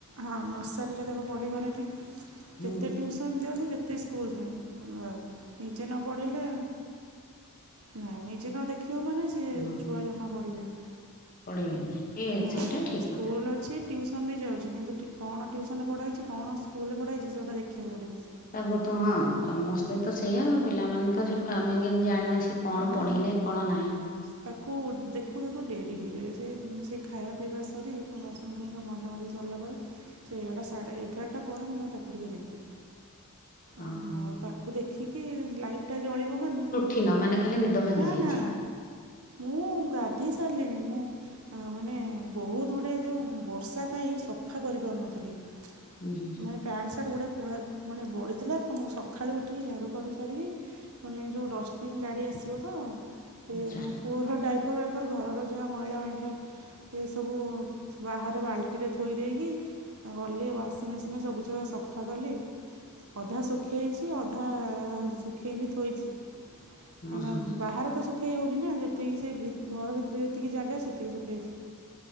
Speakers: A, on the right; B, on the left.
A: ହଁ ନସାରିଲେ ତାକୁ ପଢ଼େଇ ପାରେନି।
B: ହୁଁ
A: ଯେତେ ଟିଉ ସନ ଦିଅନ୍ତୁ ଯେତେ ସ୍କୁଲ ଦିଅନ୍ତୁ ଆଉ ନିଜେ ନ ପଢ଼େଇଲେ ନାଇଁ ନିଜେ ନ ଦେଖିବ ମାନେ ସିଏ
B: ହଁ
A: ଛୁଆ ଜମା ପଢିବେନି।
B: ପଢିବେନି ଏ
A: ହଁ ଅ
B: ସେଇଟା ଠିକ
A: ସ୍କୁଲ
B: କଥା।
A: ଅଛି ଟ୍ୟୁସନ୍ ବି ଯାଉଚି କିନ୍ତୁ ଟି କଣ ଟ୍ୟୁସନରେ ପଢ଼ା ହେଇଚି କଣ ସ୍କୁଲରେ ପଢ଼ା ହେଇଚି ସେଗୁଡା ଦେଖିବାକୁ ପଡ଼ିବ।
B: ତାକୁ ତ ହଁ ସମସ୍ତେ ତ ସେଇଆ ଆଉ ପିଲାମାନେ ତ ସେ ଆମେ କେମିତି ଜାଣିବା ସେ କଣ
A: ହଁ ମୁଁ
B: ପଢିଲେ କଣ ନାହିଁ?
A: ତାକୁ ଦେଖୁ ଦେଖୁ ଡେରି ହେଇଯାଏ ସେ ଉମ୍ ସେ ଖାଇବା ପିଇବା ସରି କା ବାସ ନ ଫାସନ ସବୁ ମଜାମଜି ସରଲା ପରେ ସେ ଏଗାରଟା ସାଢେ ଏଗାରଟା ପରେ ମୁଁ ଯାଇ ତାକୁ ଟିକେ ଦେଖେ।
B: ହଁ
A: ଅଁ
B: ହଁ
A: ଆଉ ତାକୁ ଦେଖିକି ଲାଇଟଟା ଜଳିବ ମାନେ
B: ଠିନ ମାନେ ଖାଲି ନିଦ ଭାଙ୍ଗି
A: ନା
B: ଯାଇଛି।
A: ନା ମୁଁ ଗାଧେଇ ସାରଲିଣି ମୁଁ ଆ ମାନେ ବୋହୁତ ଗୁଡେ ଯୋଉ ଉଁ ବର୍ଷା ପାଇଁ ସଫା କରି ପାରୁନଥିଲି।
B: ଉଁହୁଁ।
A: ମାନେ ପ୍ୟାଣ୍ଟ ସାର୍ଟଗୁଡା ପୁଳା ମାନେ ବଢ଼ିଥିଲା ତ ମୁଁ ସକାଳୁ ଉଠିକି ଝଡ଼ୁ କରିସାରିକି ଫୁଣି ଏ ଯୋଉ ଡଷ୍ଟବିନ୍ ଗାଡ଼ି ଆସିବ ତ ସେ
B: ଆଚ୍ଛା
A: ମୋ ପୁଅର ଡାଇପର୍ ୱାଇପର୍ ଘରର ଯାହା ମଇଳା ଅଇଁଠା ଏଇସବୁ ବାହାରେ ବାଲ୍ଟିରେ ଥୋଇ ଦେଇକି ଆ ଗଲି ୱାସିଂ ମେସିନରେ ସବୁଜାକ ସଫା କଲି ଅଧା ଶୁଖେଇଚି ଅଧା ଶୁଖେଇନି ଥୋଇଚି।
B: ହଁ
A: କାହିଁକନା
B: ହଁ
A: ବାହାରେ ତ ଶୁଖେଇ ହୋଉନି ନା ଯେତିକି ସେଇ ଭିତ୍ ଘର ଭିତରେ ଯେତିକି ଜାଗା ସେତିକି ଶୁଖେଇଚି।